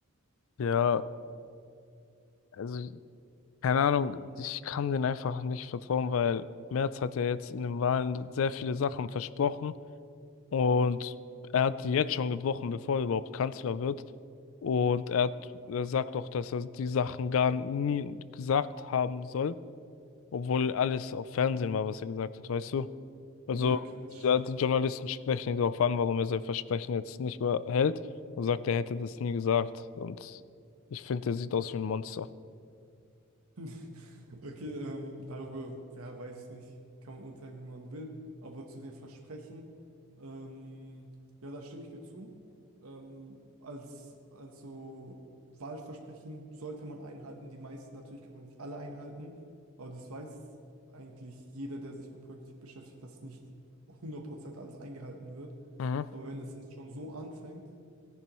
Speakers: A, on the left; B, on the right.
A: Ja, also keine Ahnung, ich kann denen einfach nicht vertrauen, weil Merz hat ja jetzt in den Wahlen sehr viele Sachen versprochen, Und er hat die jetzt schon gebrochen, bevor er überhaupt Kanzler wird. Und er hat, er sagt auch, dass er die Sachen gar nie gesagt haben soll, obwohl alles auf Fernsehen war, was er gesagt hat, weißt du? Also,
B: Ja, okay, das
A: ja, die Journalisten sprechen ihn darauf an, warum er sein Versprechen jetzt nicht mehr hält und sagt, er hätte das nie gesagt. Und ich finde, er sieht aus wie ein Monster.
B: <laughs> Okay, ähm, darüber, ja, weiß nicht, kann man urteilen, wie man will, aber zu den Versprechen, ähm, ja, da stimme ich dir zu. Ähm, als, also Wahlversprechen sollte man einhalten, die meisten natürlich kann man nicht alle einhalten, aber das weiß eigentlich jeder, der sich mit Politik beschäftigt, dass nicht hundert Prozent alles eingehalten wird.
A: Mhm.
B: Aber wenn es jetzt schon so anfängt,